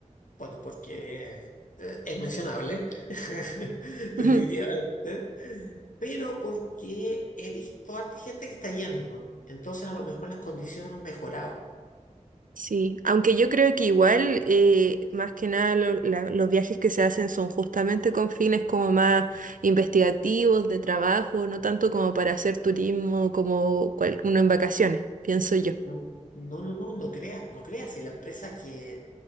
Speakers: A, on the left; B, on the right.
A: Bueno, porque eh, es mencionable, <laughs> definitivamente,
B: <laughs>
A: pero porque he visto harta gente que está yendo, entonces a lo mejor las condiciones han mejorado.
B: Sí, aunque yo creo que igual, eh, más que nada, lo- la- los viajes que se hacen son justamente con fines como más investigativos, de trabajo, no tanto como para hacer turismo como cual- uno en vacaciones, pienso yo.
A: No, no, no, no, no creas, no creas, si la empresa que,